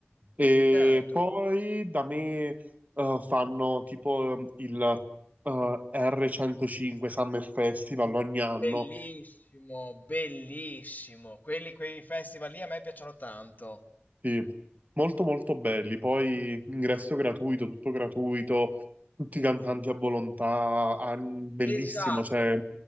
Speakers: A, on the right (about 40°); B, on the left (about 45°).
A: E
B: Certo.
A: poi da me uh, fanno tipo um, il uh, R105 Summer Festival ogni anno.
B: Bellissimo, bellissimo. Quelli, quei festival lì a me piacciono tanto.
A: Sì, molto molto belli. Poi ingresso gratuito, tutto gratuito, tutti i cantanti a volontà, ah, bellissimo,
B: Esatto,
A: cioè